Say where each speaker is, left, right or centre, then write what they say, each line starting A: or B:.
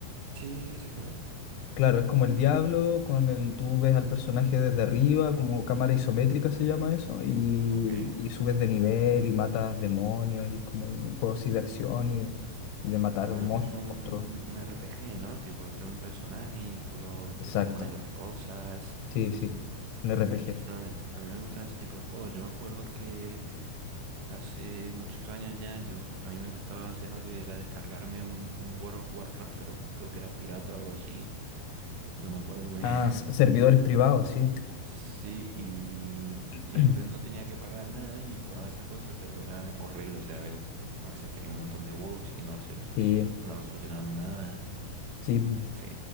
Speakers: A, on the right; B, on the left.
A: sí, sí, sí, sé cuál es.
B: Claro, es como el diablo, con el, tú ves al personaje desde arriba, como cámara isométrica se llama eso, y,
A: Ok.
B: y subes de nivel y matas demonios, y es como un juego así de acción y de, y de matar
A: Vale,
B: mos-
A: es un,
B: monstruos.
A: un RPG, ¿no? Tipo, tiene un personaje y tú lo, te
B: Exacto,
A: le pones las cosas.
B: sí, sí,
A: Ah,
B: un
A: Pues
B: RPG.
A: mira qué chulo, me- a mí me gustan ese tipo de juegos. Yo me acuerdo que Hace muchos años ya, yo, a mí me gustaba hacer algo y era descargarme un, un World of Warcraft, pero creo que era pirata o algo así. No me acuerdo muy bien.
B: Ah,
A: <laughs>
B: s- servidores privados, sí.
A: Sí, y,
B: <clears throat>
A: y entonces no tenía que pagar nada y jugaba esa cosa, pero era horrible. O sea, a ver, a veces tenía un montón de bugs y no, se lo, sol-
B: Sí,
A: sol- no lo solucionaban nada.
B: sí.
A: En fin.